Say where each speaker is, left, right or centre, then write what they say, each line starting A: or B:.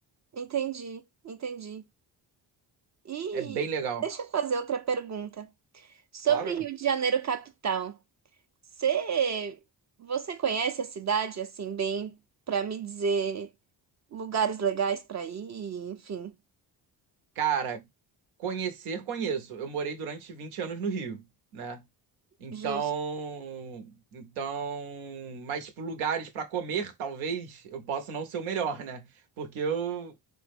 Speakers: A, on the right; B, on the right.
A: Entendi, entendi. E
B: É bem legal.
A: deixa eu fazer outra pergunta sobre
B: Claro.
A: Rio de Janeiro capital. Você, você conhece a cidade assim bem para me dizer lugares legais para ir, enfim,
B: Cara, conhecer, conheço. Eu morei durante 20 anos no Rio, né? Então,
A: justo.
B: então, mas tipo, lugares pra comer, talvez eu possa não ser o melhor, né? Porque eu,